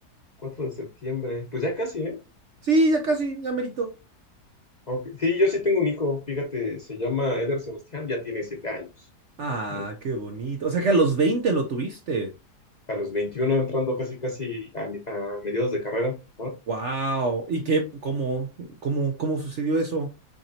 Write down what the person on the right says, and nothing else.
Sí, ya casi, ya merito.
Ah,
qué bonito. O sea que a los 20 lo tuviste.
Wow. ¿Y qué? ¿Cómo? ¿Cómo? ¿Cómo sucedió eso?